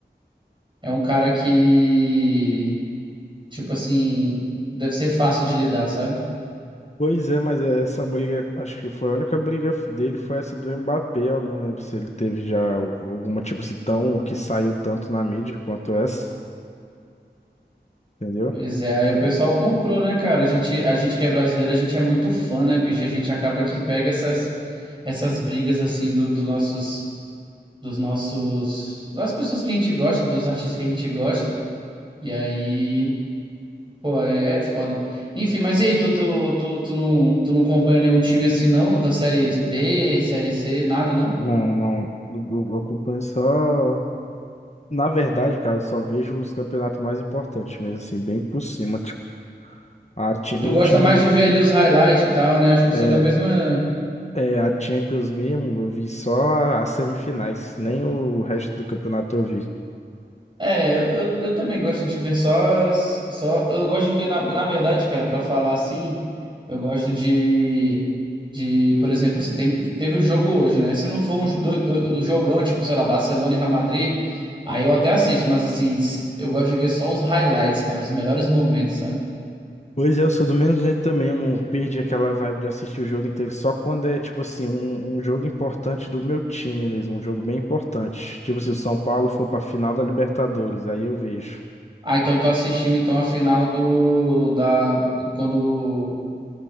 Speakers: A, on the right; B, on the left.
A: é um cara que tipo assim, deve ser fácil de lidar, sabe?
B: Pois é, mas essa briga, acho que foi a única briga dele foi essa do Mbappé, eu não lembro se ele teve já alguma tipo se tão que saiu tanto na mídia quanto essa, entendeu?
A: Pois é, aí o pessoal comprou, né, cara? A gente, a gente que é brasileiro, a gente é muito fã, né, bicho? A gente acaba que pega essas essas brigas assim do, dos nossos dos nossos das pessoas que a gente gosta, dos artistas que a gente gosta. E aí Pô, é, é foda. Enfim, mas e aí, tu, tu, tu, tu, não, tu não acompanha nenhum time assim, não? Da série B, série C, nada, não?
B: Não, não, eu, eu acompanho só, na verdade, cara, eu só vejo os campeonatos mais importantes mesmo assim, bem por cima, tipo, a ti- meu
A: Tu gosta
B: time
A: mais de ver ali os highlights e tal, né? Acho que eu sou
B: é,
A: da mesma.
B: É, a Champions mesmo, eu vi só as semifinais, nem o resto do campeonato eu vi.
A: É, eu, eu eu também gosto de ver só, as- só. Eu gosto de ver, na, na verdade, cara, pra falar assim, eu gosto de. De, por exemplo, assim, tem, teve o jogo hoje, né? Se não for um, jo- do, do- um jogão, tipo, sei lá, Barcelona e Real Madrid, aí eu até assisto, mas assim, se- eu gosto de ver só os highlights, cara, os melhores momentos, sabe?
B: Pois é, eu sou do mesmo jeito também, eu não perdi aquela vibe de assistir o jogo inteiro, só quando é, tipo assim, um, um jogo importante do meu time mesmo, um jogo bem importante. Tipo, se o São Paulo for pra final da Libertadores, aí eu vejo.
A: Ah, então tu assistiu então a final do da quando